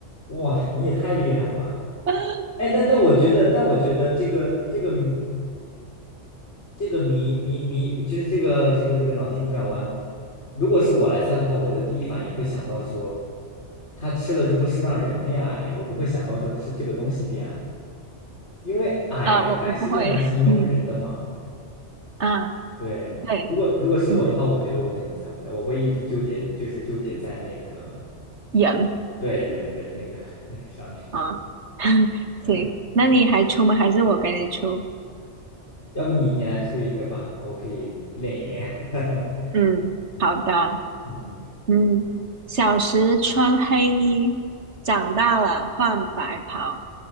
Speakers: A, on the left; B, on the right.
A: 哇，你也太厉害了吧！
B: <laughs>
A: 哎，但但我觉得，但我觉得这个这个谜这个谜谜谜谜，就是这个这个这个脑筋急转弯，如果是我来猜的话，我的第一反应会想到说，他吃了之后是让人变矮呀，我不会想到说是这个东西变矮，因为矮一般是用来形容人的嘛。
B: 啊，我我不会，嗯啊，
A: 对，
B: 对，
A: 如果如果是我的话，
B: 嗯，
A: 我觉得我肯定猜不出来，我会一直纠结，就是纠结在那个
B: 人
A: 对人人那个 <laughs> 那个上面。
B: 啊，<laughs>
A: 嗯，
B: 行，那你还出吗？
A: 对，
B: 还是我给你出？
A: 要不你你来出一个吧，我可以练一练。<laughs>
B: 嗯，
A: 嗯
B: 好的，
A: 嗯，
B: 嗯，小时穿黑衣，长大了换白袍，